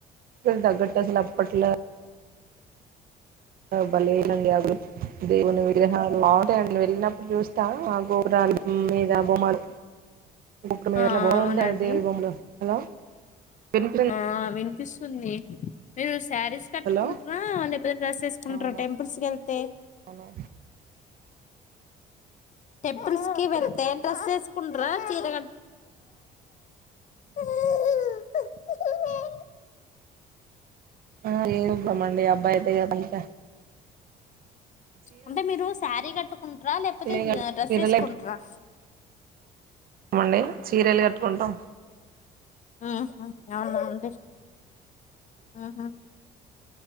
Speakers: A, on the right; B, on the left.
A: తగ్గట్టు అసలు అప్పట్లో బలేలండి అగులు దేవుని విగ్రహాలు బాగుంటాయండి వెళ్ళినప్పుడు చూస్తా ఆ గోరాల మీద బొమలు ఇప్పుడు మీదట్లా
B: ఆ
A: బాగుంటంది
B: అవునండి
A: అ దేవుల్ బొమ్మలో హలో వినిపిస్తుందా
B: ఆ వి వినిపిస్తుంది శారీస్ కట్టుకుంటార
A: హలో
B: లేకపోతే డ్రెస్ వేసుకుంటార
A: అవునా
B: టెంపుల్స్ కి వెళ్తే
A: అవును
B: టైంప్పుల్స్ కి వెళ్తే ఏం డ్రెస్ వేసుకుంటరా చీరగ కట్
A: ఆ ఏనుమ్మండి అబ్బాయి తగదంత
B: అంటే మీరు శారీ కట్టుకుంటారా లేకపోతే
A: చీర
B: డ్రెస్
A: చీరలు
B: వేసుకుంటార
A: అమండి చీరలు కట్టుకుంటాం
B: ఆ అవున అండి ఉమ్